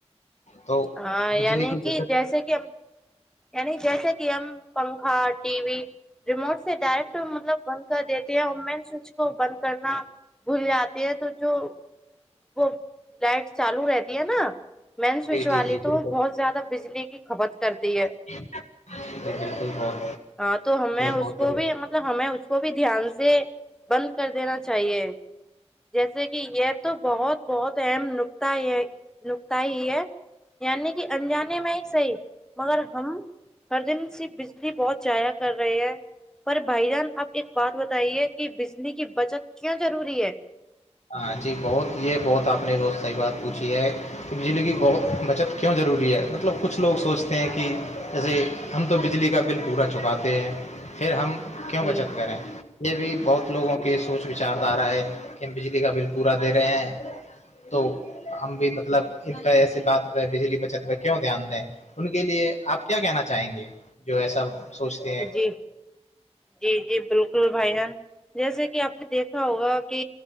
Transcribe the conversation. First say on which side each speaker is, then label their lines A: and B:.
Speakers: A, on the left; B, in the centre.
A: تو
B: ہاں
A: بجلی
B: یعنی
A: کی
B: کہ
A: بقت
B: جیسے کہ ہم یعنی جیسے کہ ہم پنکھا ٹی وی ریموٹ سے ڈائریکٹ مطلب بند کر دیتی ہیں اور مین سوچ کو بند کرنا بھول جاتی ہے تو جو وہ لائٹ چالو رہتی ہے نا مین سوئچ
A: جی جی
B: والی
A: جی
B: تو
A: بالکل
B: بہت زیادہ بجلی کی کھپت کرتی ہے
A: یہ بالکل بہت
B: ہاں تو ہمیں اس
A: بہت
B: کو
A: بڑھیا
B: بھی مطلب ہمیں اس کو بھی دھیان سے بند کر دینا چاہیے جیسے کہ یہ تو بہت بہت اہم نکتا ہے نکتا ہی ہے یعنی کہ انجانے میں ہی صحیح مگر ہم ہر دن سی بجلی بہت ضائعا کر رہی ہے پر بھائی جان اپ ایک بات بتائیے کہ بجلی کی بچت کیا ضروری ہے
A: ہاں جی بہت یہ بہت آپ نے بہت صحیح بات پوچھی ہے کہ بجلی کی بہت بچت کیوں ضروری ہے مطلب کچھ لوگ سوچتے ہیں کہ ایزے ہم تو بجلی کا بل پورا چکاتے ہیں پھر ہم کیوں
B: ہوں
A: بچت کریں یہ بھی بہت لوگوں کی سوچ وچاردھارا ہے ہم بجلی کا بل پورا دے رہے ہیں تو ہم بھی مطلب ان پہ ایسی بات پہ بجلی بچت پہ کیوں دھیان دیں ان کے لیے آپ کیا کہنا چاہیں گے جو ایسا سوچتے ہیں
B: جی جی جی بالکل بھائی جان جیسے کہ آپ نے دیکھا ہوگا کہ